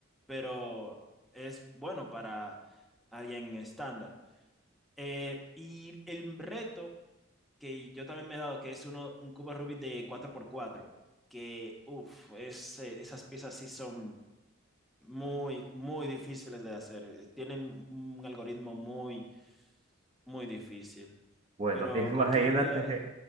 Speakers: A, in the centre; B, on the right (about 30°).
A: pero es bueno para alguien estándar. Eh, y el reto que yo también me he dado, que es uno, un cubo Rubik de cuatro por cuatro que, uff, esas piezas sí son muy, muy difíciles de hacer. eh, Tienen un algoritmo muy, muy difícil.
B: Bueno,
A: Pero
B: <laughs> imagínate,
A: cualquier día...